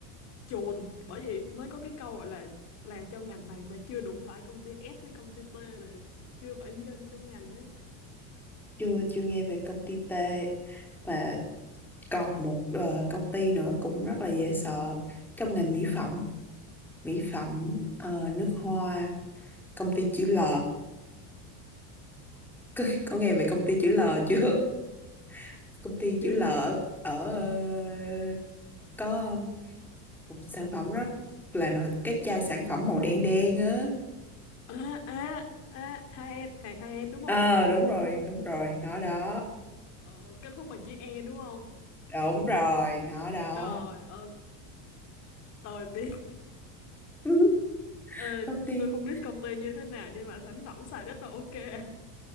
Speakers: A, on the left (about 35°); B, in the centre.
A: chồn bởi vì mới có cái câu gọi là làm trong ngành này mà chưa đụng phải công ty S với công ty T rồi chưa phải nhân trong ngành đấy
B: chưa chưa nghe về công ty T mà còn một ờ, công ty nữa cũng rất là dễ sợ trong ngành mỹ phẩm mỹ phẩm ờ, nước hoa công ty chữ L có, có nghe
A: N.
B: về công ty chữ L chưa <laughs> công ty
A: chưa
B: chữ L ở ờ, có một sản phẩm rất là nổi cái chai sản phẩm màu đen đen á
A: à à à hai em hàng hai em đúng không
B: ờ đúng rồi đúng rồi nó đó
A: ờ, kết thúc bằng chữ E đúng không
B: đúng rồi nó đó
A: rồi ok tôi biết
B: <laughs>
A: Ờ,
B: công ty
A: tôi không biết công ty như thế nào nhưng mà sản phẩm xài rất là ok